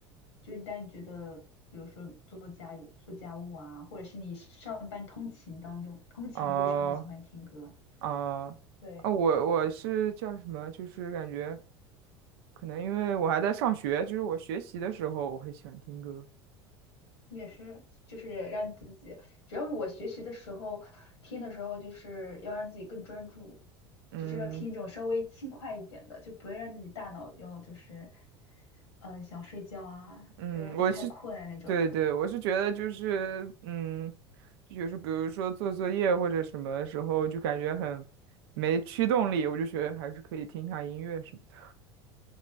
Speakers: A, on the left (about 75°); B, on the right (about 65°).
A: 就是当你觉得，比如说做家务、做家务啊，或者是你上班通勤当中、通勤路上就喜欢听歌。
B: 啊啊啊！
A: 对，
B: 我我是叫什么？就是感觉，可能因为我还在上学，就是我学习的时候我会喜欢听歌，
A: 也是，就是让你自己，主要是我学习的时候听的时候，就是要让自己更专注，
B: 嗯。
A: 就是要听一种稍微轻快一点的，就不会让自己大脑要就是，呃，想睡觉啊，
B: 嗯，
A: 不要让自己太困啊那种。
B: 我是，对对，我是觉得就是，嗯，就是比如说做作业或者什么时候，就感觉很没驱动力，我就觉得还是可以听一下音乐什么的。